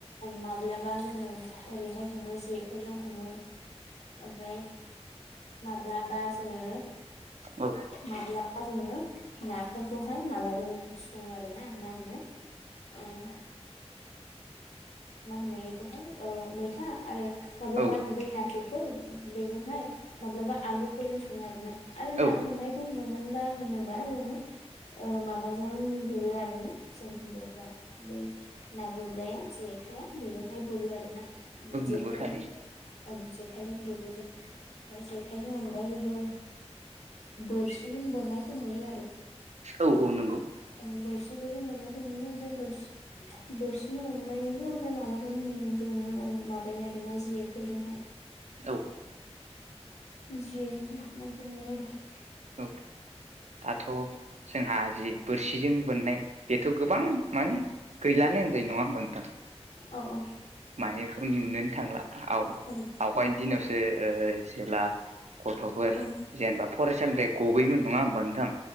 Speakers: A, on the left; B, on the right.
A: माब्लाबा जोङो ओरैहाय हमो जेफोरजों हमो ओमफाय माब्लाबा जोङो
B: औ
A: माब्ला आ जोङो नाफोरखौहाय माबाजों सङो आरो ना मा होनो ओम मा होनो बेखौहाय औ मैथा आरो माब्लाबा
B: औ
A: बै ना गथुरफोर बेजोंहाय माब्लाबा आलुफोरजों सङो आरो ना आरो
B: औ
A: ना हमनाय होनोमोन बा होनोम बा जोङो ओ माबाजों गुरो आरो ना जों हिनजावफ्रा बै ना गुरग्राया जेखाइाया बेजोंहाय गुरो आरो ना जेखाइजों।
B: नंगौ थारैनो
A: ओं जेखाइ गुरो जों ओमफ्राय जेखाइनि अनगायैबो बोरसिजों बोननायखौ नुयो आरो।
B: औ -औ नंगौ।
A: औ बोरसिफोरजों बोननायखौ नुयो ओमफ्राय बोरसि बोरसिनि अनगायैजों ओमफ्राय माबाजों बोनो माबायो आरोना जेफोरजोंहाय
B: औ।
A: ज ज मखौ मै द <unintelligible>
B: औ दाथ' जोंहा जि बोरसिजों बोननाय बेथ' गोबां माने गैलानो होनजायो नङा होनबा नोंथां।
A: औ -औ।
B: माने बेफोरखौ नुननोनो थांला। औ‌
A: उम
B: आवगायनि दिनावसो ओ जेब्ला गथ'फोर
A: उम
B: जेनेबा फरायसा सोलोंथाइ गबोयोमोन नङा होनबा नोंथां।